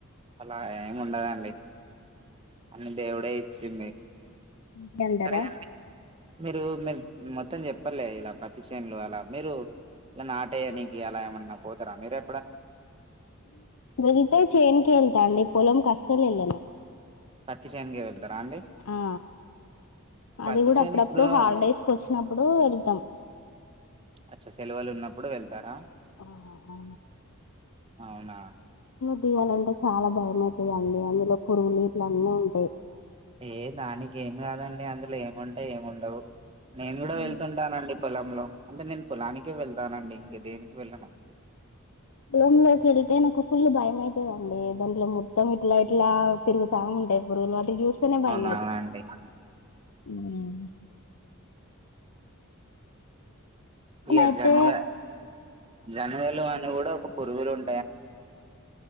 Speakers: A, on the right; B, on the left.
A: అలా ఏమి ఉండదండి అని దేవుడే ఇచ్చింది
B: అంతే అంటారా
A: సరే మీరు మీరు మొత్తం చెప్పలే ఇలా పతిసేనులు అలా మీరు ఇట్లా నాట్యనీకి ఎలా ఏమైన్నా పోతురా మీరే
B: వెిళతే చేన్కి వెళ్తా అండి పొలం కష్ట అసలు వెళ్లనూ
A: పత్తి చేనుకి వెళ్తారా అండి
B: ఆ అది
A: పత్తి
B: కూడా
A: చేను
B: అప్పుడప్పుడు
A: ఇప్పుడు
B: హాలిడేస్ కి వచ్చినప్పుడు వెళ్తాం
A: అచ్చా సెలవులు ఉన్నప్పుడు వెళ్తారా
B: ఆ ఆ
A: అవునా
B: తీీయవాలంటే చాలా భయంమవుతుందిండి అందులో పురుగు నీట్లు అన్నీ ఉంటాయి
A: ఏ దానికి ఏమి కాదండి అందులో ఏముంటాయి ఎం ఉండవ్ నేను కూడా
B: అవును.
A: వెళ్తుంటానండి పొలంలో అంటే నేను పొలానికి వెళ్తానండి ఇంక దేనికి వెళ్ళను
B: పొలం లోకి వెళ్తే నాకు ఫుల్ భయం అవుతుందండి దాంట్లో మొత్తం ఇట్లా ఇట్లా తిరుగుతా ఉంటాయి పురుగులు వాటి చూస్తేనే భయం
A: అవునా అండి
B: మ్మ్
A: ఇక
B: అయితే
A: జనగా జనగలు అని కూడా ప్పుొరుగులు ఉ